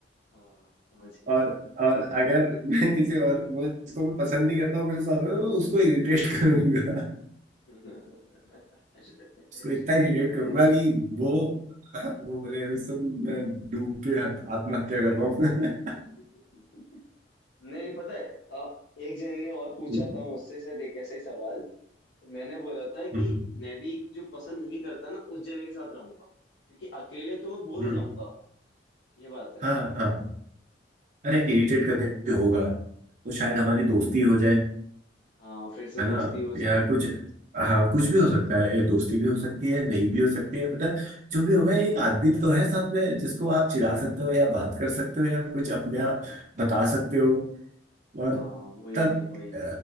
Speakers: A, on the left; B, on the right.
A: हाँ समझ गया
B: और और अगर मैं किसी और वो जिसको मैं पसंद नहीं करता हूँ मेरे साथ रहे तो उसको इरिटेट <laughs> करूंगा
A: <laughs>
B: उसको इतना इरिटेट
A: भाई
B: करूंगा कि वो वो बोले "अभी सुन मैं डूब के आत्महत्या कर रहा हूँ
A: नहीं नहीं पता है अ, एक जन ने और पूछा
B: <laughs>
A: था मुझसे शायद एक ऐसा ही सवाल तो मैंने बोला था
B: हम्म
A: कि
B: हम्म,
A: मैं भी जो पसंद नहीं करता ना उस जने के साथ रहूंगा क्योंकि अकेले तो मैं बोर
B: हम्म।
A: हो जाऊंगा ये बात है
B: हाँ हाँ अरे इरिटेट करने से होगा वो शायद हमारी
A: हाँ
B: दोस्ती हो जाए
A: हाँ फिर से
B: है
A: दोस्ती
B: ना
A: हो
B: या
A: जाए
B: कुछ हाँ कुछ भी हो सकता है ये दोस्ती भी हो सकती है नहीं भी हो सकती है मतलब जो भी होगा एक आदमी तो है साथ में जिसको आप चिढ़ा सकते हो या बात कर सकते हो या कुछ अपने आप बता सकते हो
A: हाँ
B: और
A: वही
B: तब
A: वही वही
B: अ,